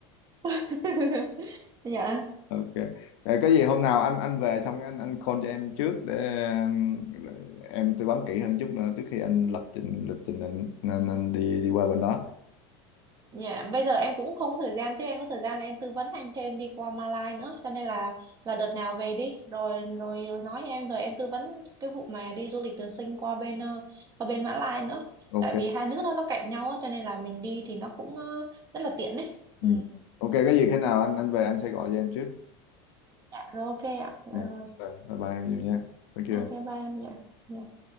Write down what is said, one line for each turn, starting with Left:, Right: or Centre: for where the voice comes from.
Right: <laughs> dạ
Left: ok Rồi có gì hôm nào anh anh về xong anh anh call cho em trước để em em tư vấn kỹ hơn chút nữa trước khi anh lập trình lịch trình anh, anh, anh đi đi qua bên đó
Right: Dạ, bây giờ em cũng không có thời gian chứ em có thời gian em tư vấn anh thêm đi qua Malai nữa cho nên là là đợt nào về đi rồi rồi nói em rồi em tư vấn cái vụ mà đi du lịch từ Sing qua bên ờ, qua bên Mã Lai nữa
Left: ok
Right: tại vì hai nước đó nó cạnh nhau á cho nên là mình đi thì nó cũng ờ, rất là tiện đấy
Left: ừ.
Right: ừ.
Left: ok có gì khi nào anh anh về anh sẽ gọi cho em trước
Right: Dạ rồi ok ạ dạ
Left: yeah.
Right: rồi
Left: Rồi, bye bye em nhiều nha thank you
Right: ok
Left: em.
Right: bye em dạ Dạ.